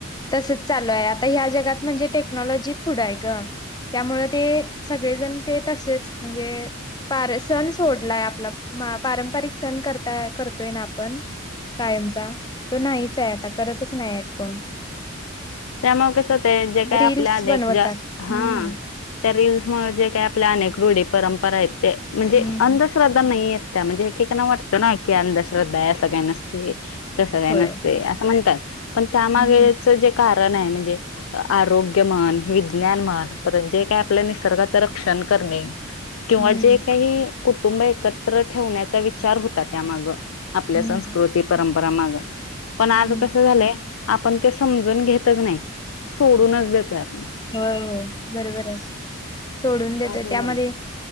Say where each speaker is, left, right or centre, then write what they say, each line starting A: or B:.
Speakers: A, on the left; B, on the left.
A: तसच चालू आहे आता ह्या जगात म्हणजे टेक्नॉलॉजी पुढं आहे ग. त्यामु ते सगळेजण ते तसेच म्हणजे प सण सोडलाय आपला पारंपरिक ण करता करतोय ना आपण कायमचा तो नाहीच आहे आता करतच नाही आहेत. कोण
B: त्यामु कस होत जे काय
A: रील्स
B: आपल्या आध
A: बनवतात
B: ज
A: हम्म
B: हा त्या रीलल्स म जे काही आपल्या अनेक रूढी परंपरा आहेत ते म्हणजे
A: हम्म
B: अंध श्रद्धा नाही येत त्या म्हणजे एकेकना वाटतं ना की अंधश्रद्धा आहे सं काही नसते. तसं काही
A: होय
B: नसते असं म्हणतात पण त्यामागेच
A: हम्म
B: जे कारण आहे. म्हणजे आरोग्य म्हन विज्ञान म्हन परत जे काय आपल्या निसर्गाचं रक्षण करणे किंवा
A: हम्म
B: जे काही कुटुंब एकत्र ठेवण्याचा विचार होता. त्यामाग आपल्या
A: हम्म
B: संस्कृती परंपरा माग पण आज
A: हम्म
B: कसं झालंय आपण ते समजून घेतच नाही. सोडूनच देतय आपण
A: होय होय बरोबर आहे सोडून देतोय
B: असं
A: त्यामध्ये
B: झालं